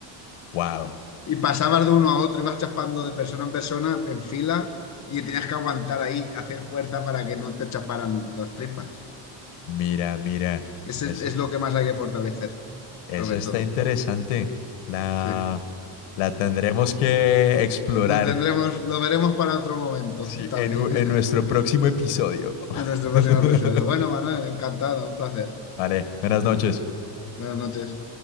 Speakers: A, on the left; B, on the left.
A: Wow.
B: Y pasabas de uno a otro, ibas chafando de persona en persona, en fila, y tenías que aguantar ahí, hacer fuerza para que no te chafaran las tripas.
A: Mira, mira.
B: Ese
A: Ese,
B: es es lo que más hay que fortalecer,
A: esa
B: sobre
A: está
B: todo.
A: interesante. La,
B: Sí.
A: la tendremos que explorar.
B: Lo tendremos, lo veremos para otro momento
A: Sí,
B: también,
A: en, u-
B: <laughs>
A: en nuestro próximo episodio.
B: en nuestro próximo
A: <laughs>
B: episodio. Bueno, Manuel, encantado, un placer.
A: Vale, buenas noches.
B: Buenas noches.